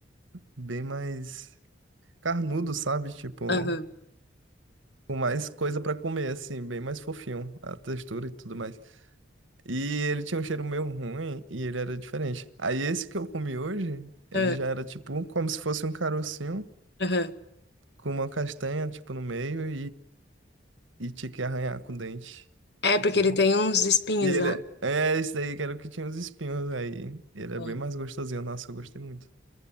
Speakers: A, on the right; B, on the left.
A: bem mais carnudo, sabe? Tipo,
B: aham,
A: com mais coisa pra comer, assim, bem mais fofinho, a textura e tudo mais. E ele tinha um cheiro meio ruim e ele era diferente. Aí esse que eu comi hoje, ele
B: aham,
A: já era tipo como se fosse um carocinho
B: aham.
A: com uma castanha, tipo, no meio e tinha que arranhar com o dente.
B: É,
A: Tipo.
B: porque ele tem uns espinhos
A: E ele
B: lá.
A: é. É, esse daí que era o que tinha os espinhos aí. Ele é
B: Ó,
A: bem mais gostosinho. Nossa, eu gostei muito.